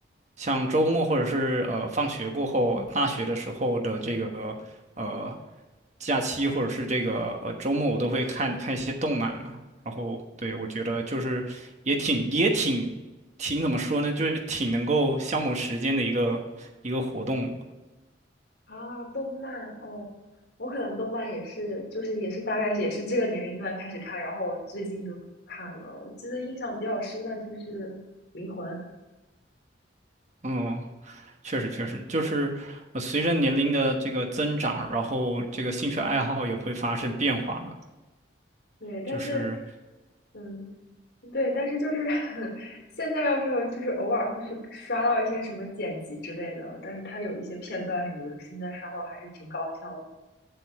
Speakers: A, on the right; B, on the left.
A: 像周末或者是呃放学过后，大学的时候的这个呃假期或者是这个呃周末，我都会看看一些动漫嘛。然后对，我觉得就是也挺也挺挺怎么说呢，就是挺能够消磨时间的一个一个活动。
B: 啊。动漫哦，我可能动漫也是，就是也是大概也是这个年龄段开始看，然后我最近就是看了。我记得印象比较深的就是《灵魂》，
A: 嗯，确实确实，就是呃随着年龄的这个增长，然后这个兴趣爱好也会发生变化嘛。
B: 对，但是
A: 就是
B: 嗯，对，但是就是 <laughs> 现在要是就是偶尔会去刷到一些什么剪辑之类的，但是它有一些片段什么，现在刷到还是挺搞笑的。